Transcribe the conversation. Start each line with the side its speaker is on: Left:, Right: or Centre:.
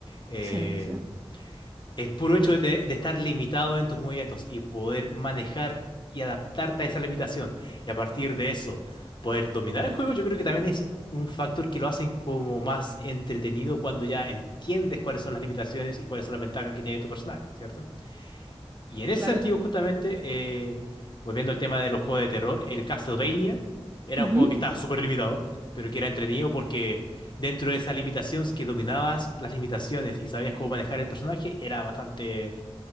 Left: Eh,
Right: Sí, sí.
Left: el puro hecho de, te- de estar limitado en tus movimientos y poder manejar y adaptarte a esa limitación y a partir de eso poder dominar el juego, yo creo que también es un factor que lo hacen como más entretenido cuando ya entiendes cuáles son las limitaciones y cuáles son las ventajas que tiene tu personaje, ¿cierto? Y en ese
Right: Claro.
Left: sentido, justamente, eh, volviendo al tema de los juegos de terror, el Castlevania era
Right: Ujú.
Left: un juego que estaba súper limitado, pero que era entretenido porque dentro de esas limitaciones que dominabas las limitaciones y sabías cómo manejar el personaje, era bastante